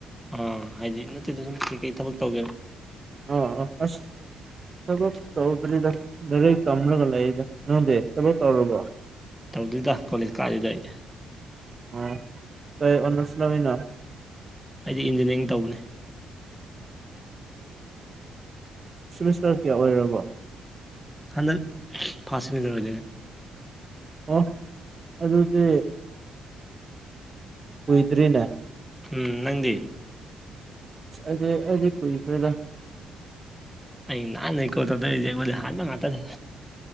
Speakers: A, in the centre; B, on the right.
A: ꯑꯥ ꯍꯥꯏꯗꯤ ꯅꯠꯇꯦꯗ ꯁꯨꯝ ꯀꯩ ꯀꯩ ꯊꯕꯛ ꯇꯧꯒꯦꯕ
B: ꯑꯣ ꯑꯁ ꯊꯕꯛ ꯇꯧꯗ꯭ꯔꯤꯗ ꯂꯔꯤꯡ ꯇꯝꯂꯒ ꯂꯩꯔꯤꯗ ꯅꯪꯗꯦ ꯊꯕꯛ ꯇꯧꯔꯕꯣ
A: ꯇꯧꯗꯨꯗ ꯀꯣꯂꯦꯖ ꯀꯥꯏꯗ ꯑꯩ
B: ꯑ ꯀꯩ ꯑꯣꯅꯔꯁ ꯅꯃꯤꯅ
A: ꯍꯥꯏꯗꯤ ꯏꯟꯖꯤꯅꯤꯌꯥꯔꯤꯡ ꯇꯧꯕꯅꯦ
B: ꯁꯦꯃꯤꯁꯇꯔ ꯀꯌꯥ ꯑꯣꯏꯔꯕꯣ
A: ꯍꯥꯟꯅ ꯐꯁꯤ ꯃꯤꯗꯅꯦ
B: ꯑꯣ ꯑꯗꯨꯗꯤ ꯀꯨꯏꯗ꯭ꯔꯤꯅ
A: ꯎꯝ ꯅꯪꯗꯤ
B: ꯑꯩꯗꯤ ꯑꯩꯗꯤ ꯀꯨꯏꯗꯦꯗ
A: ꯑꯩ ꯅꯥꯍꯟꯅ ꯏꯀꯣ ꯇꯧꯗ ꯑꯩꯉꯣꯡꯗꯩ ꯍꯥꯟꯕꯉꯥꯛꯇꯅꯦ